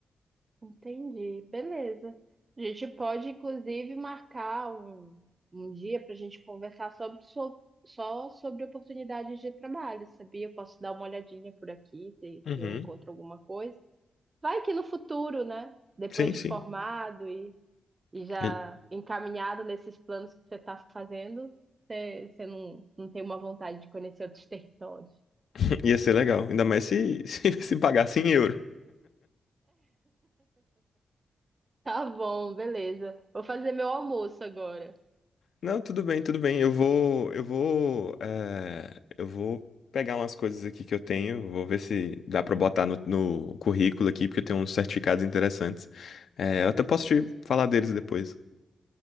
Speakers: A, on the right; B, on the left.
A: Entendi, beleza. A gente pode, inclusive, marcar um, um dia para a gente conversar sobre, so- só sobre oportunidades de trabalho, sabia? Eu posso dar uma olhadinha por aqui, se,
B: Uhum.
A: se eu encontro alguma coisa. Vai que no futuro, né? Depois
B: Sim,
A: de
B: sim.
A: formado e, e já
B: Aí,
A: encaminhado nesses planos que você está fazendo, você, você não, não tem uma vontade de conhecer outros <laughs> territórios.
B: <laughs> <clears throat> Ia ser legal, ainda mais se, <laughs> se, se pagasse em euro.
A: Tá bom, beleza. Vou fazer meu almoço agora.
B: Não, tudo bem, tudo bem. Eu vou, eu vou, eh, eu vou pegar umas coisas aqui que eu tenho, vou ver se dá pra botar no, no currículo aqui, porque eu tenho uns certificados interessantes. Eh, eu até posso te falar deles depois.